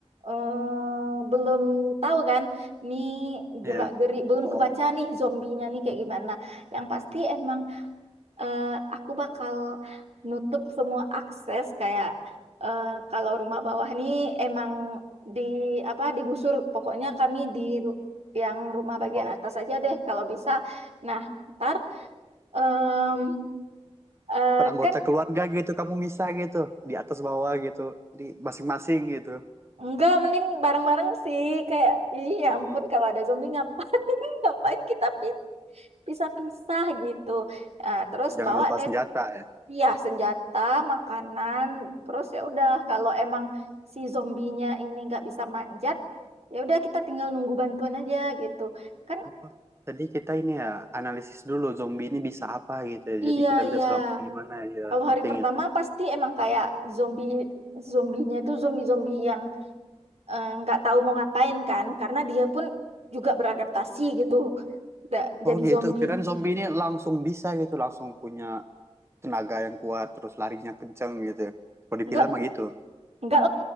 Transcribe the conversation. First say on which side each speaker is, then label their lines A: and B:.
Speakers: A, on the right; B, on the right.
A: eh, belum tahu kan nih gerak-geri
B: Iya.
A: belum
B: Oh,
A: kebaca nih zombinya nih kayak gimana. Yang pasti emang eh, aku bakal nutup semua akses kayak eh, kalau rumah bawah nih emang di apa digusur pokoknya kami di ru- yang rumah bagian
B: oh,
A: atas aja deh kalau bisa nah ntar em, eh,
B: peranggota
A: kan
B: keluarga gitu kamu misah gitu di atas bawah gitu jadi masing-masing gitu
A: enggak mending bareng-bareng sih kayak iya ya
B: Oh,
A: ampun kalau ada zombie ngapain <laughs> ngapain kita pi- pisah-pisah gitu Nah, terus
B: jangan
A: bawa
B: lupa
A: deh
B: senjata ya
A: Iya, senjata, makanan, terus ya udah kalau emang si zombinya ini nggak bisa manjat, ya udah kita tinggal nunggu bantuan aja gitu. Kan
B: oh, jadi kita ini ya analisis dulu zombie ini bisa apa gitu ya.
A: iya
B: jadi kita
A: iya.
B: bisa selamat gimana ya
A: Kalau
B: penting
A: hari pertama
B: itu
A: pasti emang kayak zombie zombinya itu zombie-zombie yang eh, nggak tahu mau ngapain kan, karena dia pun juga beradaptasi gitu, da- jadi
B: oh gitu
A: zombie.
B: kirain zombie ini langsung bisa gitu langsung punya tenaga yang kuat terus larinya kenceng gitu ya kalau di
A: Nggak
B: film mah gitu
A: nggak